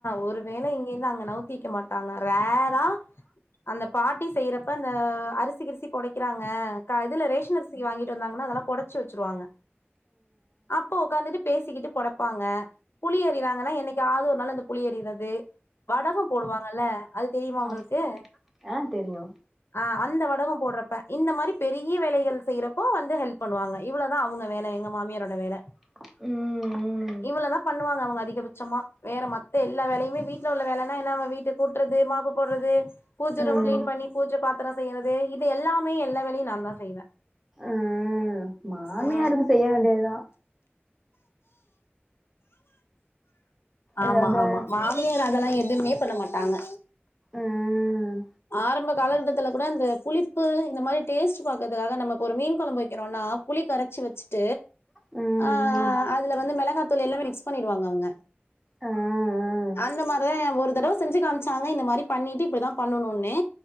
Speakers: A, on the left; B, in the centre.
A: ஒரு வேல இங்கேந்து அங்க நவுத்தி வெக்க மாட்டாங்க வேற அந்த பாட்டி செய்றப்ப அந்த அரிசி கிரிசி பொடைக்கிறாங்க க இதுல ரேஷன் அரிசி வாங்கிட்டு வந்தாங்கன்னா அதெல்லா பொடச்சு வச்ருவாங்க அப்போ ஒக்காந்துட்டு பேசிக்கிட்டு பொடப்பாங்க புளி அறிறாங்கன்னா என்னைக்காவுது ஒரு நாள் இந்த புளி அறிறது வடகோ போடுவாங்கல்ல அது தெரியுமா உங்களுக்கு
B: மா ஆ தெரியு
A: ஆ அந்த வடகோ போடுறப் ம் இந்த மாரி பெரிய வேலைகள் செய்றப்போ வந்து ஹெல்ப் பண்ணுவாங்க இவ்ளோ தா அவுங்க வேல எங்க மாமியாரோட வேல
B: ம் ம்
A: இவ்ளோ தா பண்ணுவாங்க அவுங்க அதிகபட்சமா வேற மத்த எல்லா வேலையுமே வீட்ல உள்ள வேலனா என்ன அவ வீட்டு கூட்றது மாப்பு போடுறது பூஜ
B: ம்
A: ரூம் கிளீன்
B: ம்
A: பண்ணி பூஜ பாத்திரோ செய்யறது இது எல்லா எப்புமே எல்லா வேலையு நா தா செய்வே
B: ம் மாமியாருக்கு
A: ஆ
B: செய்ய வேண்டியதுதா எதாது
A: ஆமா ஆமா நீ வேற அதெல்லா எதுமே பண்ண மாட்டாங்க
B: ம்
A: ஆரம்ப காலகட்டத்துல கூட இந்த புளிப்பு இந்த மாரி டேஸ்ட் பாக்கறதுக்காக நம்ம இப்ப ஒரு மீன் கொழம்பு வக்கிறோன்னா புளி கரச் வச்சு வச்சுட்டு
B: ம்
A: ஆ
B: ம்
A: அதுல வந்து மிளகாத்தூள் எல்லாமே மிக்ஸ் பண்ணிடுவாங்க அவுங்க
B: ஆ ஆ
A: அந்த மாரி தா ஒரு தடவ செஞ்சு காமிச்சாங்க இந்த மாரி பண்ணிட்டு இப்டித்தா பண்ணணுனு